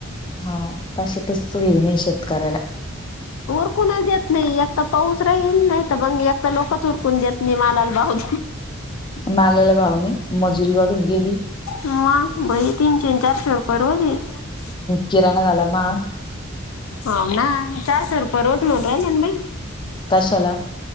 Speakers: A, on the left; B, on the left.
A: हा कश तस ये नाही शेतकऱ्याला
B: उरकूनच देत नाही एक तर पाऊस राहीईल नाही तर मंग एकता लोकच उरकून देत मी मालाला बाऊून
A: मालाला भाव नाही मजुरी वाढून गेली
B: म बघित तन चंचाार परवजी <unintelligible>
A: किराणा झाला महाग.
B: हो ना चारशे रुपये रोज म्हणू राहिले भाई.
A: कशाला?